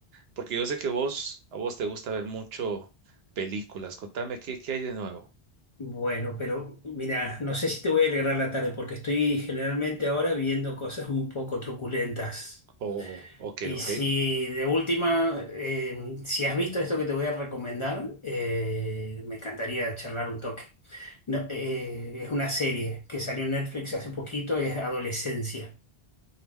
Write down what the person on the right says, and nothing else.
Porque yo sé que vos, a vos te gusta ver mucho películas. Contame qué, qué hay de nuevo.
Oh, ok,
ok.